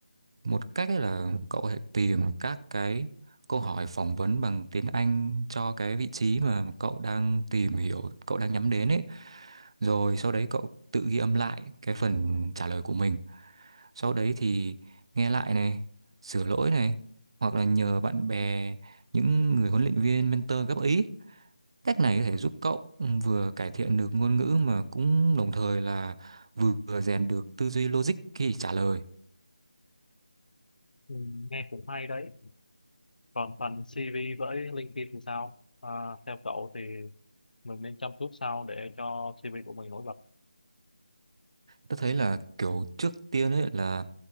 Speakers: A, on the right; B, on the left.
A: một cách ấy là cậu có thể tìm các cái câu hỏi phỏng vấn bằng tiếng Anh cho cái vị trí mà cậu đang tìm hiểu, cậu đang nhắm đến ấy. Rồi sau đấy cậu tự ghi âm lại cái phần trả lời của mình. Sau đấy thì nghe lại này, sửa lỗi này, hoặc là nhờ bạn bè, những người huấn luyện viên, mentor góp ý. Cách này có thể giúp cậu ừ, vừa cải thiện được ngôn ngữ mà cũng đồng thời là vừa rèn được tư duy logic khi trả lời.
B: Ừ, nghe cũng hay đấy còn phần CV với LinkedIn thì sao à, theo cậu thì mình nên chăm chút sao để cho CV của mình nổi bật
A: Tôi thấy là kiểu trước tiên ấy là